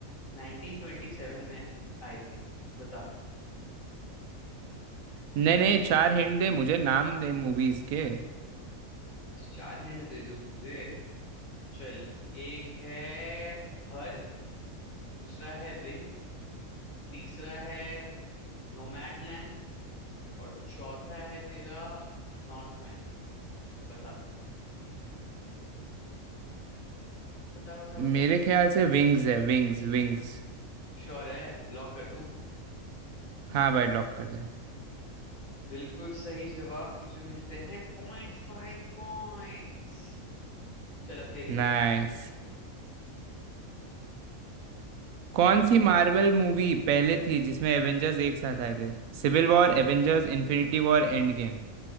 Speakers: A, on the left (about 70°); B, on the right (about 80°).
A: 1927 में आई थी बता
B: नहीं नहीं चार हिंट दे मुझे नाम दे मूवीज के
A: अच्छा चार हिंट दे दूं तुझे चल एक है हर दूसरा है विंग्स तीसरा है नोमैडलैंड और चौथा है तेरा नॉर्थमैन बता बता बता बता
B: मेरे
A: बता
B: ख्याल से विंग्स है विंग्स विंग्स
A: श्योर है लॉक कर दूं
B: हाँ भाई लॉक कर दे
A: बिल्कुल सही जवाब तुझे मिलते हैं पॉइंट फाइव पॉइंट्स चल अब तेरी बारी
B: नाइस कौन सी मार्वल मूवी पहले थी जिसमें एवेंजर्स एक साथ आए थे Civil War Avengers Infinity War Endgame